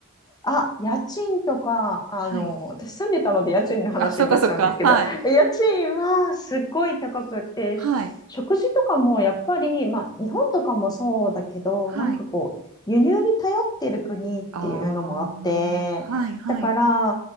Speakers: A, on the left (about 20°); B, on the right (about 65°).
A: あ、家賃とか、あの、
B: はい。
A: 私住んでたので家賃の話になっちゃうんですけど、
B: あ、そっかそっか。はい。
A: 家賃はすっごい高くて、
B: はい。
A: し食事とかもやっぱり、まあ、日本とかもそうだけど、
B: はい。
A: なんかこう、輸入に頼ってる国っていうのもあって、
B: ああ、はいはい。
A: だから、